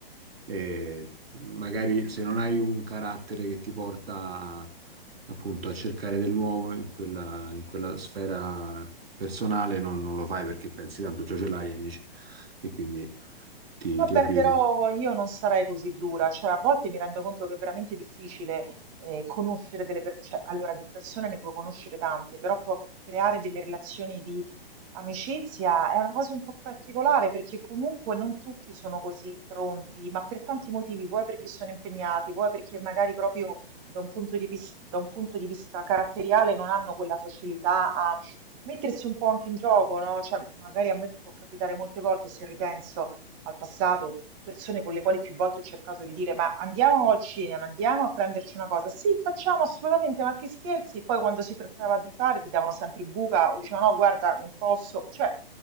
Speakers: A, on the right; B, on the right.
A: eh, magari se non hai un carattere che ti porta appunto a cercare del nuovo in quella, in quella sfera personale, non, non lo fai perché pensi tanto già ce l'hai, amici, e quindi ti,
B: Vabbè,
A: ti abitui.
B: però io non sarei così dura, cioè a volte mi rendo conto che è veramente difficile eh, conoscere delle persone, allora di persone ne puoi conoscere tante, però pro- creare delle relazioni di amicizia è una cosa un po' particolare perché comunque non tutti sono così pronti, ma per tanti motivi, vuoi perché sono impegnati, vuoi perché magari proprio da un punto di, vis- da un punto di vista caratteriale non hanno quella facilità a mettersi un po' anche in gioco, no? Cioè magari a me può capitare molte volte se ripenso al passato, persone con le quali più volte ho cercato di dire ma andiamo al cinema, andiamo a prenderci una cosa. Sì, facciamo assolutamente, ma che scherzi. Poi quando si trattava di fare ti davano sempre buca o dicevano no, guarda, non posso. Cioè,